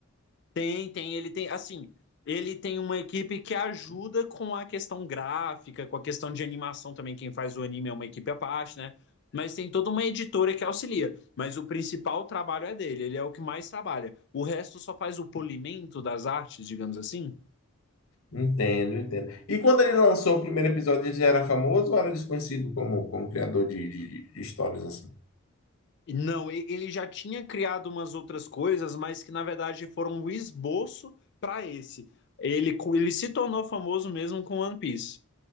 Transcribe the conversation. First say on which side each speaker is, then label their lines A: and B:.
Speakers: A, on the left (about 55°); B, on the left (about 80°).
A: Tem, tem, ele tem, assim, ele tem uma equipe que ajuda com a questão gráfica, com a questão de animação também, quem faz o anime é uma equipe à parte, né? Mas tem toda uma editora que auxilia, mas o principal trabalho é dele, ele é o que mais trabalha. O resto só faz o polimento das artes, digamos assim.
B: Entendo, entendo. E quando ele lançou o primeiro episódio, ele já era famoso ou era desconhecido como, como criador de, de, de histórias assim?
A: Não, e- ele já tinha criado umas outras coisas, mas que na verdade foram um esboço para esse. Ele, co- ele se tornou famoso mesmo com One Piece.